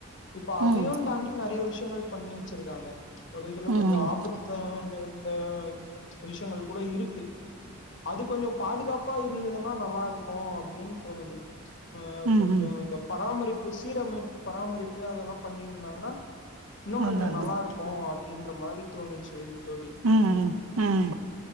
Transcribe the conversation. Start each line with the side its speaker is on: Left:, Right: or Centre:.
Left: இப்ப அதையு
Right: ம் ம்
Left: தாண்டி நெறைய விஷ யங்கள் பண்ணி வச்சிருக்காங்க ஒரு சில
Right: ம்
Left: கொஞ்சம் ஆபத்தா வந்து இந்த விஷயங்கள் கூட இருக்கு அது கொஞ்சம் பாதுகாப்பா இருந்தது நல்லா இருக்கும் அப்டின்னு தோணுது ஆஹ்
Right: ம்
Left: கொஞ்சம்
Right: ம்
Left: அந்த பராமரிப்பு சீரமைப்பு பராமரிப்பு அதெல்லாம் பண்ணிரு இருந்தாங்கன்னா இன்னும்
Right: அதா
Left: கொஞ்சம்
Right: அதா
Left: நல்லா இருக்கும் அப் ன்ற மாறி தோணுது செரி தோழி
Right: ம் ம் ம்